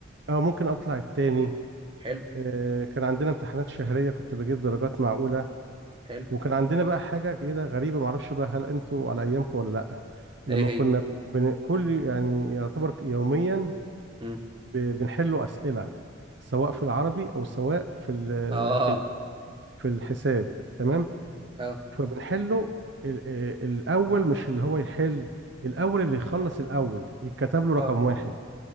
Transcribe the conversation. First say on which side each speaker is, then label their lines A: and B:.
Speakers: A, on the right (about 60°); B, on the right (about 25°).
A: اه ممكن أطلع التاني
B: حلو
A: آه، كان عندنا امتحانات شهرية كنت بجيب درجات معقولة
B: حلو
A: وكان عندنا بقى حاجة كده غريبة معرفش بقى هل انتوا على أيامكم ولا لأ لما
B: ايه
A: كنا
B: هي
A: بن... كل يعني يعتبر يوميا
B: مم.
A: ب... بنحلوا أسئلة سواء في العربي أو سواء في ال...
B: اه
A: في ال... في الحساب تمام
B: اه
A: فبنحله ال... ال- الأول مش اللي هو يحل الأول اللي يخلص الأول يتكتب له رقم
B: اه
A: واحد